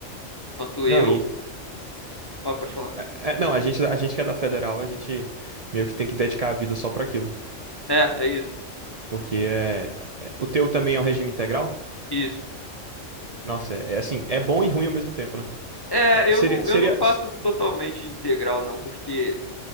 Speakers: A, on the left; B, on the right.
A: Quanto
B: Não,
A: eu.
B: e
A: Ó, pode falar.
B: é- é- não, a gente, a gente que é da federal, a gente meio que tem que dedicar a vida só pra aquilo.
A: É, é isso.
B: Porque é, é- o teu também é o regime integral?
A: Isso.
B: Nossa, é, é assim, é bom e ruim ao mesmo tempo, né?
A: É,
B: É,
A: eu
B: Seria,
A: não,
B: seria.
A: eu não faço totalmente integral, não, porque